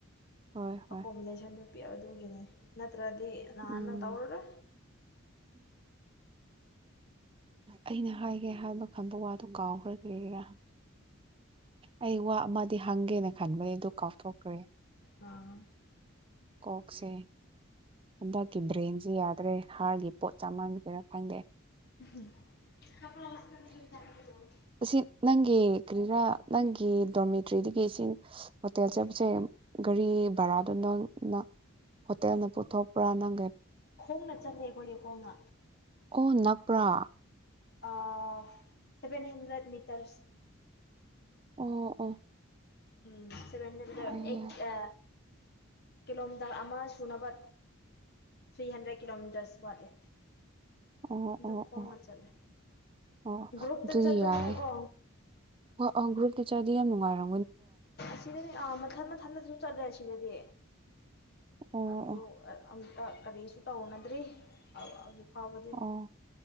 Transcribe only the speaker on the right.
ꯍꯣꯏ ꯍꯣꯏ
ꯎꯝ
ꯑꯩꯅ ꯍꯥꯏꯒꯦ ꯍꯥꯏꯕ ꯈꯟꯕ ꯋꯥꯗꯨꯣ ꯀꯥꯎꯈ꯭ꯔꯗꯔꯤꯔꯥ ꯑꯩ ꯋꯥ ꯑꯃꯗꯤ ꯍꯪꯒꯦꯅ ꯈꯟꯕꯅꯤ ꯑꯗꯨ ꯀꯥꯎꯊꯣꯛꯈ꯭ꯔꯦ
ꯀꯣꯛꯁꯦ ꯍꯟꯗꯛꯀꯤ ꯕ꯭ꯔꯦꯟꯁꯦ ꯌꯥꯗ꯭ꯔꯦ ꯍꯥꯔꯒꯤ ꯄꯣꯠ ꯆꯥ ꯃꯥꯟ ꯀꯩꯔꯥ ꯈꯪꯗꯦ
ꯑꯁꯤ ꯅꯪꯒꯤ ꯀꯔꯤꯔꯥ ꯅꯪꯒꯤ ꯗꯣꯔꯃꯦꯇ꯭ꯔꯤꯗꯒꯤ ꯁꯤ ꯍꯣꯇꯦꯜ ꯆꯠꯄꯁꯦ ꯒꯥꯔꯤ ꯚꯔꯥꯗꯨ ꯅꯪꯅ ꯍꯣꯇꯦꯜꯅ ꯄꯨꯊꯣꯛꯄ꯭ꯔꯥ ꯅꯪꯒꯤ
ꯑꯣ ꯅꯛꯄ꯭ꯔꯥ
ꯑꯣ ꯑꯣ
ꯌꯥꯏ
ꯌꯥꯏ
ꯑꯣ
ꯑꯣ
ꯑꯣ
ꯑꯣ
ꯑꯗꯨꯏ
ꯌꯥꯏꯪꯒ꯭ꯔꯜꯀꯤ ꯆꯗꯤ ꯃꯉꯥꯏꯔ
ꯑꯣ
ꯑꯣ
ꯑꯣ